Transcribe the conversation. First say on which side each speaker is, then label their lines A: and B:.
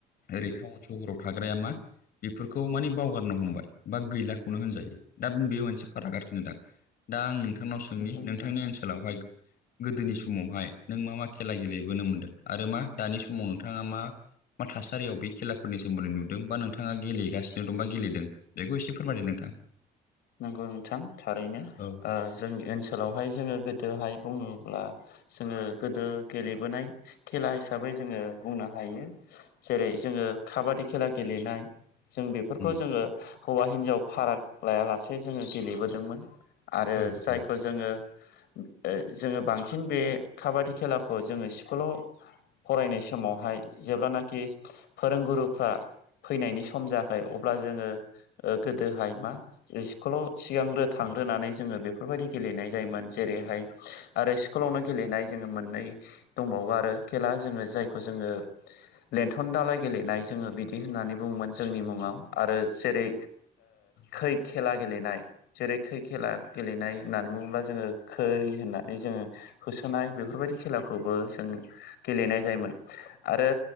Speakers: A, on the left; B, on the left.
A: ओरै टाउन सहराव थाग्राया मा बेफोरखौ माने बावगारनो हमबाय बा गैलाखौनो होनजायो दा बे मोनसे फाराग आरोखि नोंथां दा आं नोंथांनाव सोंनि
B: नंगौ नोंथां
A: नोंथांनि ओनसोलावहाय गोदोनि समावहाय नों मा-मा खेला गेलेबोनो मोन्दों आरो मा दानि समाव नोंथाङा मा मा थासारियाव बे खेलाफोरनि सोमोनदै नुदों बा नोंथाङा गेलेगासिनो दं बा गेलेदों बेखौ एसे फोरमायदो नोंथां
B: औ नोंथां थारैनो
A: औ
B: जोंनि ओनसोलावहाय जोङो गोदोहाय बुङोब्ला जोङो गोदो गेलेबोनाय खेला हिसाबै जोङो बुंनो हायो जेरै जोङो खाबादि खेला गेलेनाय जों बेफोरखौ
A: औ
B: जोङो हौवा हिनजाव फाराग लायालासे जोङो गेलेबोदोंमोन आरो
A: औ
B: जायखौ
A: औ
B: जोङो ओ जोङो बांसिन बे खाबादि खेलाखौ जोङो स्कुलाव फरायनाय समावहाय जेब्लानाखि फोरोंगुरुफ्रा फैनायनि सम जायाखै अब्ला जोङो ओ गोदोहाय मा स्कुलाव सिगांग्रो थांग्रोनानै जोङो बेफोरबायदि गेलेनाय जायोमोन जेरैहाय आरो स्कुलावनो गेलेनाय जोङो मोननै दंबावो आरो खेला जोङो जायखौ जोङो लेनथन दालाय गेलेनाय जोङो बिदि होननानै बुङो मोन जोंनि मुङाव आरो जेरै खै खेला गेलेनाय जेरै खै खेला गेलेनाय होननानै बुङोब्ला जोङो खै होननानै जोङो होसोनाय बेफोरबायदि खेलाखौबो जों गेलेनाय जायोमोन आरो